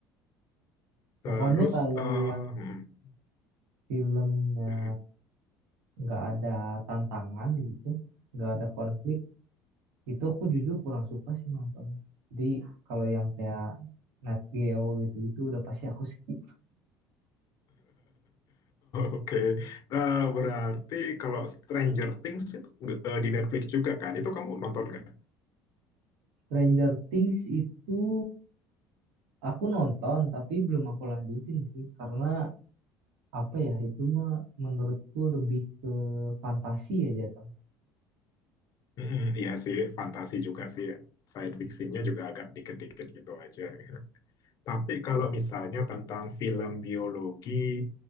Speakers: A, on the left; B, on the right.
A: Terus
B: pokoknya kalau
A: eh, hmm.
B: yang filmnya
A: <laughs>
B: nggak ada tantangan gitu nggak ada konflik itu aku jujur kurang suka sih nonton jadi kalau yang kayak Nat Geo gitu-gitu udah pasti aku skip
A: Oke, Nah, berarti kalau Stranger Things itu nggak- eh, di Netflix juga kan? Itu kamu nonton kan?
B: Stranger Things itu Aku nonton tapi belum aku lanjutin sih karena apa ya itu mah menurutku lebih ke fantasi ya jatuh.
A: Mm-mm, iya sih, fantasi juga sih ya. Science fictionnya juga agak dikit-dikit gitu aja. <laughs> Tapi kalau
B: Iya.
A: misalnya tentang film biologi